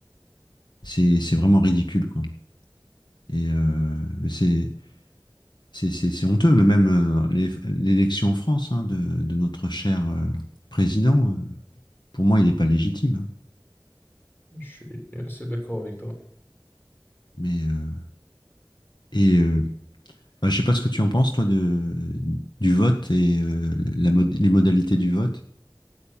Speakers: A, on the left; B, on the left.
A: C'est, c'est vraiment ridicule, quoi. Et euh, mais c'est, c'est, c'est, c'est honteux. Mais même euh, l'é- l'élection en France hein, de, de notre cher euh, président, euh, pour moi, il n'est pas légitime. hein.
B: je suis assez d'accord avec toi.
A: Mais euh, et euh, Enfin, je sais pas ce que tu en penses, toi, de, du vote et euh, la mod- les modalités du vote.